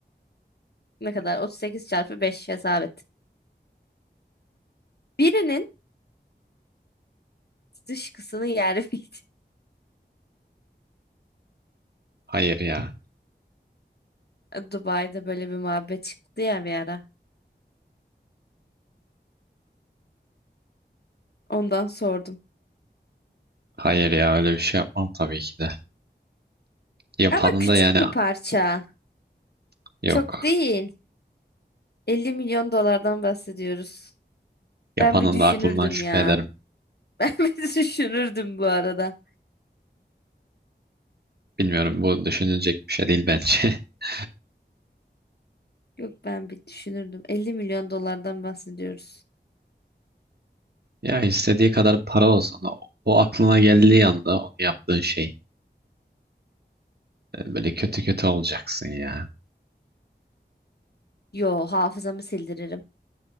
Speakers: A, on the left; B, on the right.
A: ne kadar? 38 çarpı 5 hesap et. Birinin dışkısını yer miydin?
B: Hayır ya.
A: E, Dubai'de böyle bir muhabbet çıktı ya bir ara. Ondan sordum.
B: Hayır ya öyle bir şey yapmam tabii ki de. Yapanın
A: Ama küçük
B: da yani
A: bir parça.
B: yok.
A: Çok değil. 50 milyon dolardan bahsediyoruz.
B: Yapanın
A: Ben bir düşünürdüm
B: da aklından şüphe
A: ya.
B: ederim.
A: <laughs> Ben bir düşünürdüm bu arada.
B: Bilmiyorum bu düşünülecek bir şey değil bence. <laughs>
A: Yok ben bir düşünürdüm. 50 milyon dolardan bahsediyoruz.
B: Ya istediği kadar para olsun o, o aklına geldiği anda o yaptığın şey e, böyle kötü kötü olacaksın ya.
A: Yo hafızamı sildiririm.